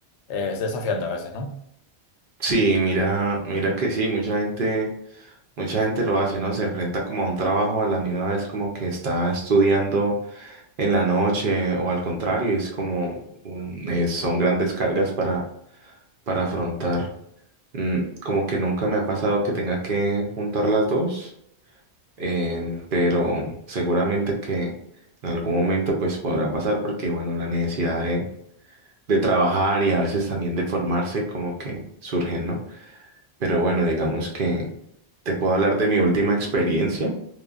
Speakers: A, on the left (about 90°); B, on the right (about 55°).
A: es desafiante a veces, ¿no?
B: Sí, mira, mira que sí, mucha gente, mucha gente lo hace, ¿no? Se enfrenta como a un trabajo a la misma vez como que está estudiando en la noche o al contrario, es como un- eh, son grandes cargas para, para afrontar. Mm, como que nunca me ha pasado que tenga que juntar las dos, eh, pero seguramente que en algún momento pues podrá pasar porque bueno, la necesidad de, de trabajar y a veces también de formarse como que surgen, ¿no? Pero bueno, digamos que te puedo hablar de mi última experiencia.